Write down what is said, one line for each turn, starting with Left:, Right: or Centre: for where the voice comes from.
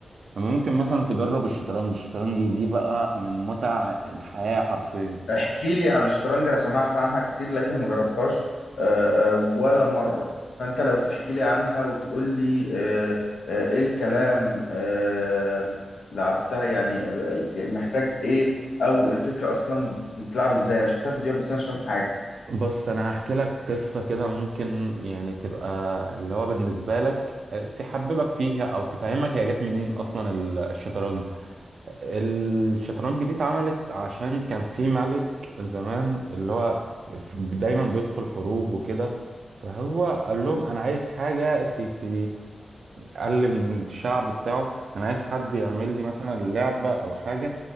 Right: ممكن مثلا تجرب الشطرنج الشطرنج دي بقى من متع الحياة حرفيا
Left: احكي لي عن الشطرنج انا سمعت عنها كتير لكن ما جربتهاش آه، آه، ولا مرة فانت لو تحكي لي عنها وتقول لي آه، آه، ايه الكلام آه، لعبتها يعني آه، محتاج ايه او الفكرة اصلا بت- بتتلعب ازاي انا شفتها فيديوهات بس انا مش فاهم حاجة
Right: بص انا هحكي لك قصه كده ممكن يعني تبقى اللي هو بالنسبه لك آه، تحببك فيها او تفهمك هي جت منين اصلا ال- الشطرنج الشطرنج دي اتعملت عشان كان في ملك زمان اللي هو ف- دايما بيدخل حروب وكده فهو قال لهم انا عايز حاجه ت... ت... قال للشعب بتاعه انا عايز حد يعمل لي مثلا لعبه او حاجه